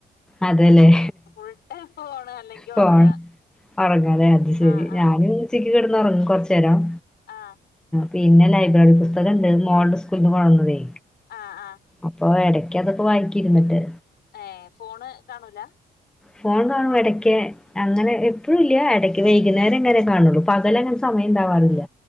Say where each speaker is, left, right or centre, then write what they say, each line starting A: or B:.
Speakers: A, in the centre; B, on the left.
A: അതെല്ലേ
B: ഫുൾ ടൈം ഫോണ് അല്ലെങ്കി
A: ഫോൺ
B: ഒറങ്ങ
A: ഉറങ്ങാലെ അത് ശരി
B: ആഹ് ആഹ്
A: ഞാനും ഇതിൽ കിടന്ന് ഉറങ്ങ് കുറച്ച് രം
B: ആഹ്
A: പിന്നെ ലൈബ്രറി പുസ്തകംണ്ട് മോൾടെ സ്കൂൾന്ന് കൊട്ന്നതേ
B: ആഹ് ആഹ്
A: അപ്പൊ എടക്ക് അതൊക്കെ വായിക്കിരുന്നിട്ടേ
B: ഏഹ് ഫോണ് കാണൂല
A: ഫോൺ കാണും ഇടക്ക് അങ്ങനെ എപ്പോഴും ഇല്ല ഇടക്ക് വൈകുന്നേരം എങ്ങന കാണുള്ളൂ പകലങ്ങന സമയം ഉണ്ടാവാറില്ല